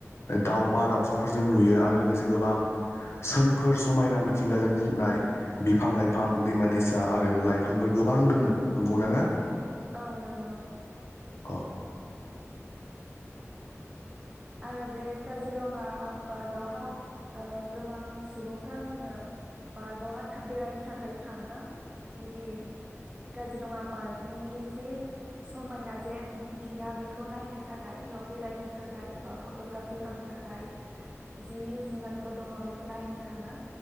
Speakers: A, on the left; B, on the right.
A: दाावमा दावसाफोरखौनुयो आरो लोगोसे गोबां। सोमखोर समायना मिथिंगाजों बुंफबनाय बिफां लाइफां दैमा दैसा आरो लाइफांफोर गोबां दङ नंगौ दा ना।
B: औ नंगौ।
A: औ।
B: आरो बे काजिरंङा पार्कआवहा। गोबां सुबुंफ्रा बिदिनो पार्कआवहाय बेरायनो थाखाय थाङो बिदि काजिरङा पार्कनि जे समायना जे मिथिंगा बेखौ नायनो थाखाय बेयाव बेरायनो थाखाय। बा फटग्राफि खालामनो थाखाय जि जुनारफोर दङ बेखौ नायनो थाङो